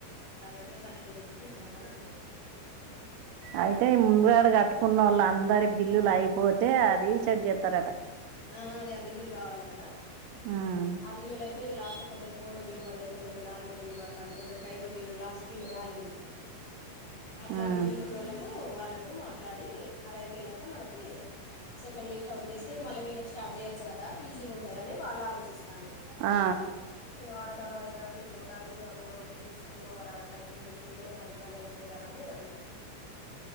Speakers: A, on the left (about 60°); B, on the right (about 80°).
A: రాయక్క కట్టుకునేది ఉంటే ఇద్దామని అన్నాడు
B: అయితే ఈ ముందుగాడ కట్టుకున్న వాళ్ళు అందరి బిల్లులు అయిపోతే అది చెడ్ చేతారాట
A: ఆ అది ఆ బిల్లులు కావాలి కదా
B: ఉమ్,
A: ఆ బిల్లులు అయిపోయి ఇగ లాస్ట్ కొందరికి మూడో బిల్లు పడ్డది కొందరికి నాలుగో బిల్లు పడుతంది కొందరికి ఐదో బిల్లు లాస్ట్ బిల్లు రాలేదు అట్లా
B: ఉమ్,
A: బిల్లులు ఉన్నోళ్లకు వాళ్లకు మాట్లాడి అడైపోయినక మనకి సెకండ్ లిస్ట్ అవుట్ చేస్తే ఇగ మల్ల వీళ్ళకి స్టార్ట్ చేయచ్చు గదా ఈజీగా ఉంటుదని వాళ్ళ ఆలోచిస్తాన్లు
B: ఆ
A: మరి వానకాలం అయితంది పోతంది ఇక బోరు తీసి కొన్నావ్ మరి ఆడ పైపులు ఫిట్ చేయలే మరి ఇబ్బంది అయితది గదా అని నేను అడిగిన